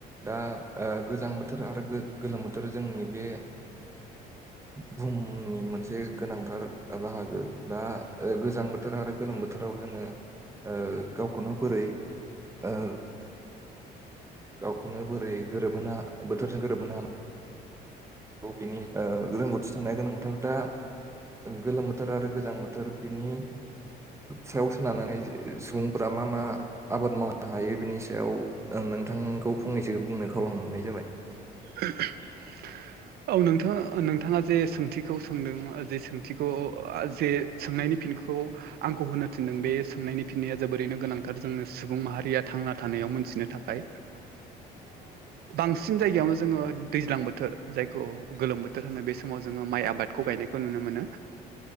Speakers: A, on the right; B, on the right.
A: दा गोजां बोथोर आरो गोलोम बोथोर जोंनि बे बुहुमनि मोनसे गोनांथार बाहागो दा गोजां बोथोर आरो गोलोम बोथोराव जोङो ओ गावखौनो बोरै ओ गावखौनो बोरै गोरोबहोनो बोथोरजों गोरोबहोनो हानाय बेनि रोंगौथि थानाया गोनांथार दा गोलोम बोथोर आरो गोजां बोथोर बिनि सायाव सोनारनानै सुबुंफोरा मा मा आबाद मावनो हायो बिनि सायाव नोंथां नोंखौ फंनैसो बुंनो खावलानाय जाबाय।
B: <unintelligible> औ नोंथां नोंथाङा जे सोंथिखौ सोंदों जे सोंथिखौ जे सोंनायनि फिनखौ खौ आंखौ होनो थिनदों बे सोंनायनि फिननाया जोबोरैनो गोनांथार जोंनि सुबुं माहारिया थांना थानायाव मोनसे मोन्थिनो थाखाय बांसिन जायगायावनो जोङो दैज्लां बोथोर जायखौ गोलोम बोथोर होनो बे समाव जोङो माइ आबादखौ गायनायखौ नुनो मोनो